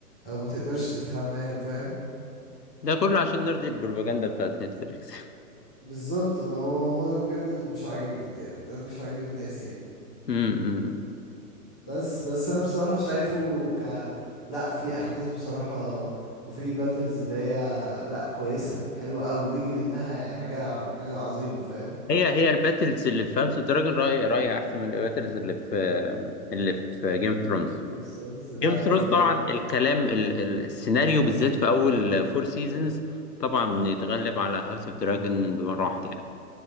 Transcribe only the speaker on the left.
ده كله عشان نرضي البروباجندا بتاعت نتفليكس
<laughs> امم
هي هي الباتلز اللي في هاوس اوف دراجون رأيي رأيي احسن من الباتلز اللي في اللي في جيم اوف ثرونز
جيم اوف ثرونز
طبعا الكلام ال- ال- السيناريو بالذات في اول فور سيزونز طبعا بنتغلب على هاوس اوف دراجون بمراحل يعني